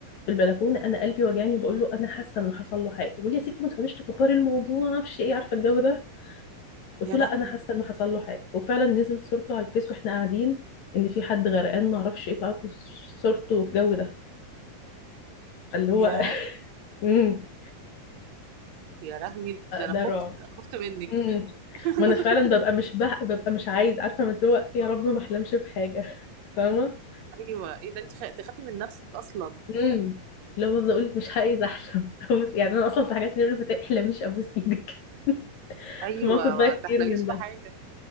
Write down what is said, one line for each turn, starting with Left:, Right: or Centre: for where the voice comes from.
Left: في البلكونه انا قلبي وجعني بقول له انا حاسه ان حصل له حاجه بيقول لي يا ستي ما تقعديش تكبري الموضوع ما اعرفش ايه عارفه الجو ده قلت
Right: يا
Left: له
Right: لهوي
Left: لا انا حاسه انه حصل له حاجه وفعلا نزل صورته على الفيس واحنا قاعدين ان في حد غرقان ما اعرفش ايه تعرفوا صورته والجو ده فاللي هو
Right: يا
Left: <laughs> امم
Right: يا لهوي ده انا
Left: ده
Right: خفت
Left: رعب
Right: أنا خفت منك
Left: امم
Right: <laughs>
Left: ما انا فعلا ببقى مش بح... ببقى مش عايز عارفه من دلوقتي يا رب ما احلمش بحاجه <laughs> فاهمه
Right: ايوه ايه ده انت خ... تخافي من نفسك اصلا
Left: امم اللي هو بفضل اقول مش عايز احلم <laughs> يعني انا اصلا في حاجات اللي بيقولوا ما تحلميش ابوس ايدك <laughs>
Right: ايوه
Left: في موقف بقى
Right: ما تحلميش
Left: كتير من ده
Right: بحاجه